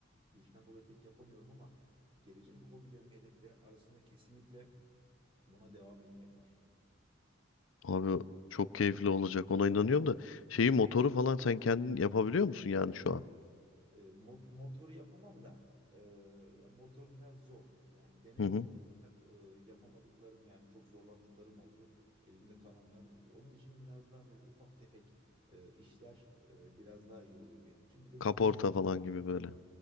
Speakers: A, on the right (about 30°); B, on the left (about 85°).
A: bir işten dolayı pek yapamıyorum ama gelecek hobilerim, hedeflerim arasında kesinlikle buna devam etmek var.
B: Abi çok keyifli olacak. Ona inanıyorum da şeyi motoru falan sen kendin yapabiliyor musun yani şu an?
A: E, mot- motoru yapamam da e, ya motor biraz zor. Yani denedim
B: Hı hı.
A: fakat e, yapamadıklarım yani çok zorlandıklarım oldu. Elimde kalanlar durdu. Onun için biraz daha böyle ufak tefek e, işler e, biraz daha iyi oluyor benim için. Bir de
B: Kaporta
A: bunun için
B: falan gibi böyle.